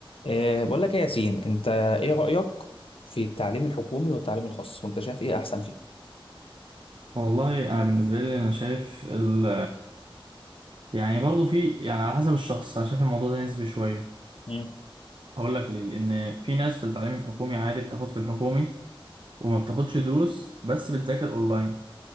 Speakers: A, on the left; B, on the right.
A: أه بقول لك ايه يا ياسين انت ايه رأيك في التعليم الحكومي والتعليم الخاص وانت شايف ايه احسن فيهم
B: والله انا بالنسبه لي انا شايف ال يعني برضو في يعني على حسب الشخص انا شايف الموضوع ده نسبي شويه
A: مم.
B: هقول لك ليه لان في ناس في التعليم الحكومي عادي بتاخد في الحكومي وما بتاخدش دروس بس بتذاكر اونلاين